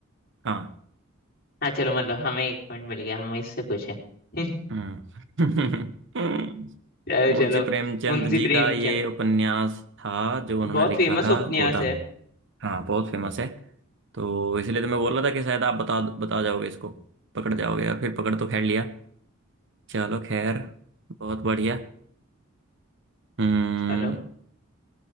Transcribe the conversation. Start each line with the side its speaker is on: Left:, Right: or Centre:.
Right: हाँ
Left: हाँ चलो मतलब हमें एक पॉइंट मिल गया हमें इससे कुछ है <laughs>
Right: हम्म <laughs>
Left: चलो
Right: मुंशी
Left: चलो
Right: प्रेमचंद
Left: मुंशी
Right: जी
Left: प्रेमचंद
Right: का ये उपन्यास था जो उन्होंने
Left: बहुत
Right: लिखा
Left: फेमस
Right: था
Left: उपन्यास
Right: गोदान
Left: है
Right: हाँ बहुत फेमस है तो इसलिए तो मैं बोल रहा था कि शायद आप बता बता जाओगे इसको पकड़ जाओगे और फिर पकड़ तो खैर लिया चलो खैर बहुत बढ़िया हम्म
Left: चलो